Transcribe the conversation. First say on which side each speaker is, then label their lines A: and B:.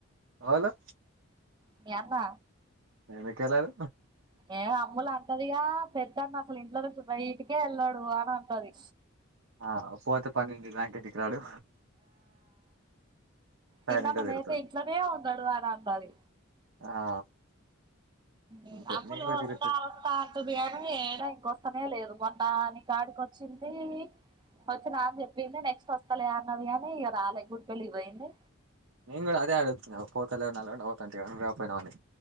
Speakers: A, on the right; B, on the right.
A: ఒళ్ళు
B: మీ అన్న
A: ఎందుకు వెళ్ళాడు
B: ఏ అమ్ములు అంటదిగా పెద్దాన్న అసలు ఇంట్లో నుంచే బయటికే వెళ్ళాడు అని అంటది
A: ఆ పోతే పన్నెండి దాకా ఇంటికి రాడు సైలెంట్గా
B: కిందననైతే
A: తిరుగుతాడు
B: ఇంట్లోనే ఉన్నాడు అని అన్నది
A: ఆ
B: ఉ
A: అంతే
B: అమ్ములు
A: నేను కూడా
B: వస్తా
A: తిరుగుత
B: తంట బియాను ఏడా ఇంకొస్తనే లేదు మొన్న ని కాడికొచ్చింది వచ్చి నా అని చెప్పింది నెక్స్ట్ వస్తలే అన్నది కాగాని ఇక రాలే గుడికేళ్లిి పోయింది
A: నేను కూడా అదే అడుతున్నా పోతలేవు నల్గొండ పోతా అంటివిగా నువ్వే పోయినావా అని